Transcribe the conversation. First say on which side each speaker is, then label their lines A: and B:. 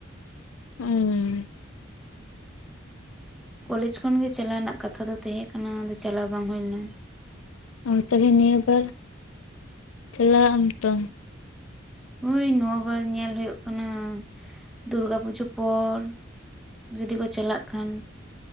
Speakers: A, on the left; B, in the centre.
A: ᱩᱸᱻᱻ
B: ᱠᱚᱞᱮᱡᱽ ᱠᱷᱚᱱᱜᱮ ᱪᱟᱞᱟᱣ ᱨᱮᱱᱟᱜ ᱠᱟᱛᱷᱟ ᱫᱚ ᱛᱟᱦᱮᱸ ᱠᱟᱱᱟ ᱟᱫᱚ ᱪᱟᱞᱟᱣ ᱵᱟᱝ ᱦᱩᱭ ᱞᱮᱱᱟ
A: ᱚᱸ ᱛᱟᱦᱚᱞᱮ ᱱᱤᱭᱟᱹ ᱵᱟᱨ ᱪᱟᱞᱟᱜ ᱟᱢ ᱛᱚ
B: ᱦᱳᱭ ᱱᱚᱶᱟ ᱵᱟᱨ ᱧᱮᱞ ᱦᱩᱭᱩᱜ ᱠᱟᱱᱟ ᱫᱩᱨᱜᱟ ᱯᱩᱡᱟᱹ ᱯᱚᱨ ᱡᱩᱫᱤ ᱠᱚ ᱪᱟᱞᱟᱜ ᱠᱷᱟᱱ